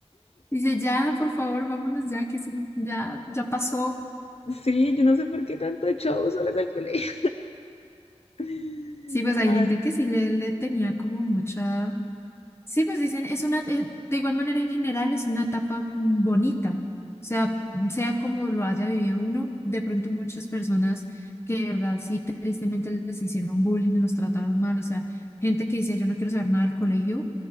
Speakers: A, on the left; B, on the left.
A: Dice, ya, por favor, vámonos ya, que eso no- ya, ya pasó.
B: Sí, yo no sé por qué tanto echado solas al colegio. <laughs>
A: Sí, pues
B: Ay,
A: hay gente que sí le, le tenía como mucha Sí, pues dicen, es una, eh, de igual manera en general es una etapa bonita, o sea, sea como lo haya vivido uno, de pronto muchas personas que de verdad sí tristemente les hicieron bullying, los trataron mal, o sea, gente que dice yo no quiero saber nada del colegio,